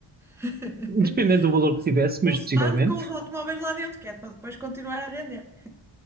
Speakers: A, in the centre; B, on the right.
A: <laughs>
B: Dependendo do valor que tivesse,
A: Um
B: mas
A: stand
B: possivelmente.
A: com os automóveis lá dentro, que é para depois continuar a render.